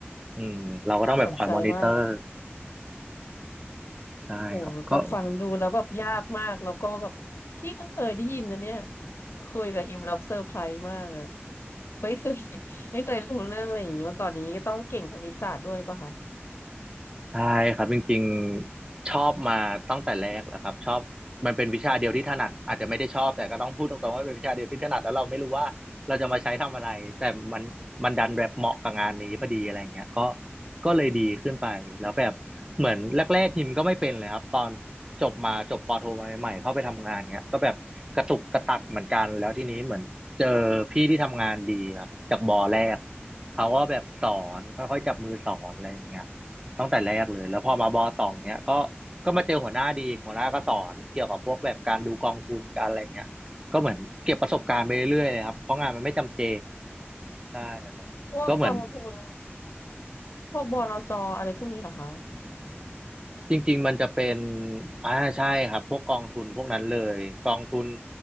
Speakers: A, on the right (about 20°); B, on the left (about 70°).
A: อืมเราก็ต้องแบบคอยมอนิเตอร์
B: น่าสนใจมาก
A: ใช่ครับก็
B: โหแบบฟังดูแล้วแบบยากมากแล้วก็แบบพี่เพิ่งเคยได้ยินนะเนี่ยคุยกับฮิมแล้วเซอร์ไพรส์มากอะไม่เคย <laughs> ไม่เคยรู้เรื่องอะไรอย่างนี้มาก่อนอย่างนี้ก็ต้องเก่งคณิตศาสตร์ด้วยปะคะ
A: ใช่ครับจริงๆชอบมาตั้งแต่แรกแหละครับชอบมันเป็นวิชาเดียวที่ถนัดอาจจะไม่ได้ชอบแต่ก็ต้องพูดตรงๆว่าเป็นวิชาเดียวที่ถนัดแล้วเราไม่รู้ว่าเราจะมาใช้ทำอะไรแต่มันมันดันแบบเหมาะกับงานนี้พอดีอะไรเงี้ยก็ก็เลยดีขึ้นไปแล้วแบบเหมือนแรกๆฮิมก็ไม่เป็นเลยครับตอนจบมาจบปอโทมาใหม่ๆเข้าไปทำงานเงี้ยก็แบบกระตุกกระตักเหมือนกันแล้วทีนี้เหมือนเจอพี่ที่ทำงานดีครับจากบอแรกเขาก็แบบสอนค่อยๆจับมือสอนอะไรอย่างเงี้ย ตั้งแต่แรกเลยแล้วพอมาบอสองเนี้ยก็ก็มาเจอหัวหน้าดีหัวหน้าก็สอนเกี่ยวกับพวกแบบการดูกองทุนการอะไรเงี้ยก็เหมือนเก็บประสบการณ์ไปเรื่อยๆเลยครับเพราะงานมันไม่จำเจใช่ครับก็เหมือน
B: พวกกองทุนพวกบลจอะไรพวกนี้เหรอคะ
A: จริงๆมันจะเป็นอ่าใช่ครับพวกกองทุนพวกนั้นเลยกองทุน